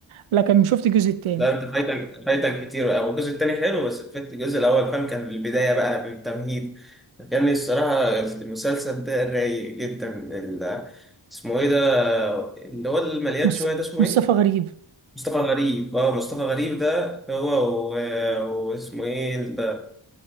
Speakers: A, on the right; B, in the centre.
A: لكن شفت الجزء التاني
B: ده انت فايتك فايتك كتير بقى والجزء التاني حلو بس فات الجزء الاول فاهم كان البدايه بقى بالتمهيد كان الصراحه المسلسل ده رايق جدا ال- اسمه ايه ده اللي هو المليان
A: مص-
B: شويه ده اسمه
A: مصطفى
B: ايه
A: غريب
B: مصطفى غريب اه مصطفى غريب ده هو و- واسمه ايه ال-